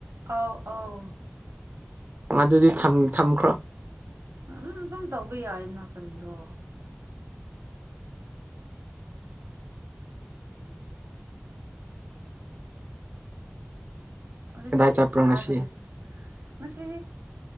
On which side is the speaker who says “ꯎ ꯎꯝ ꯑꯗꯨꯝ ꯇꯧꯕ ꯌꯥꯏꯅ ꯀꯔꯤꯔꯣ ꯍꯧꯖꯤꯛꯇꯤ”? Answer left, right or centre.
Right